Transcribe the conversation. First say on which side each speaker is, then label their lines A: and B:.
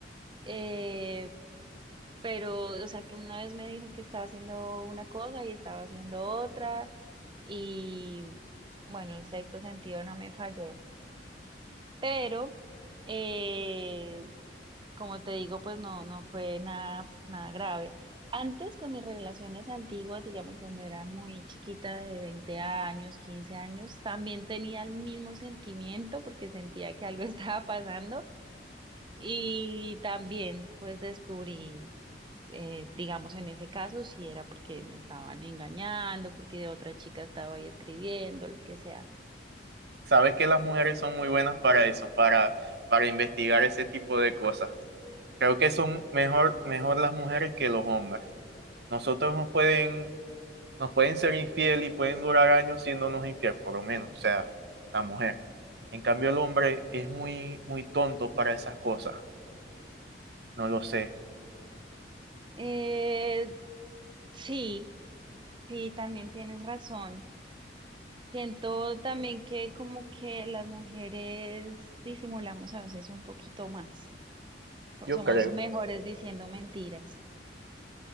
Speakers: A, on the right; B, on the right.
A: eh, pero, o sea, que una vez me dijo que estaba haciendo una cosa y estaba haciendo otra. Y bueno, el sexto sentido no me falló. Pero... Eh, Como te digo, pues no, no fue nada, nada grave. Antes con mis relaciones antiguas, digamos cuando era muy chiquita de 20 años, 15 años, también tenía el mismo sentimiento porque sentía que algo <laughs> estaba pasando y también pues descubrí, eh, digamos en ese caso, si era porque me estaban engañando, porque otra chica estaba ahí escribiendo, lo que sea.
B: Sabes que las mujeres son muy buenas para eso, para, para investigar ese tipo de cosas. Creo que son mejor, mejor las mujeres que los hombres. Nosotros nos pueden, nos pueden ser infiel y pueden durar años siéndonos infiel, por lo menos, o sea, la mujer. En cambio, el hombre es muy, muy tonto para esas cosas. No lo sé.
A: Eh, sí, sí, también tienes razón. Siento también que como que las mujeres disimulamos a veces un poquito más. So-
B: Yo
A: Somos
B: creo.
A: mejores diciendo mentiras.